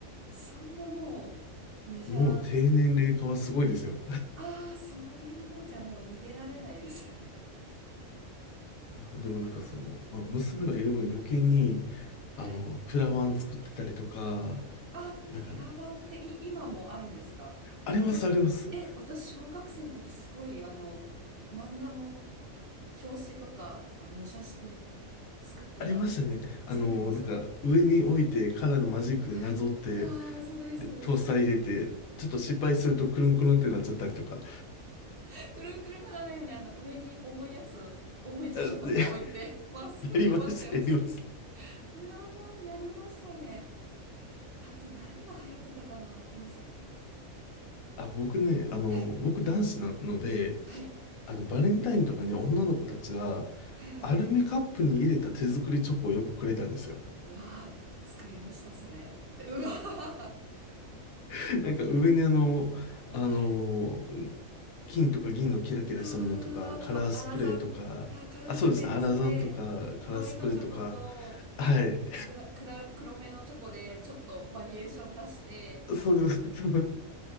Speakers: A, on the right; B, on the left.
A: そんなもうメジャー
B: もう低年齢化はすごいですよ。
A: ああ、そういうもん。じゃあもう逃げられないですね。
B: あでもなんかその、
A: <laughs> はあ、
B: まあ、娘がいる分余計に、
A: はい。
B: あの、プラ板作ってたりとか、
A: あ、
B: なんか、
A: プラバンってい、今もあるんですかちょ、
B: あります、あります。
A: え、私、小学生の時すごい、あの、漫画の表紙とか、あ、模写して、作ってた、
B: ありましたね。あの、
A: 作ってました。
B: なんか、上に置いて、カラーのマジックでなぞって、
A: はい。ああ、それです、
B: で、
A: それです。
B: トースター入れて、ちょっと失敗すると、くるんくるんってなっちゃったりとか。
A: <laughs> くるんくるんならないように、あの、上に重いやつ、重い辞書とか置いて、
B: あで <laughs>
A: まっすぐ伸ばしてました。
B: やりました、やりました。
A: プラバンやりましたね。あと何が流行ってたかな、当時。
B: あ、僕ね、あの、
A: はい。
B: 僕男子なので、
A: はい。
B: あの、バレンタインとかに女の子たちが、
A: はいはいはいはい。
B: アルミカップに入れた手作りチョコをよくくれたんですよ。
A: うわー、作りました、それ。うわー。
B: <laughs> なんか上にあの、あの、
A: はい。
B: 金とか銀のキラキラしたものとか、
A: あー、
B: カラースプレーとか、
A: パ、アラザン。あー、カラースプレー乗せて、
B: あ、そうですね、アラザンとか、
A: ホワイトチョコと、
B: カラースプレーとか、はい。
A: ブラ、クラ、黒めのチョコで、ちょっとバリエーション出して、
B: <laughs> そうです。<laughs> そうです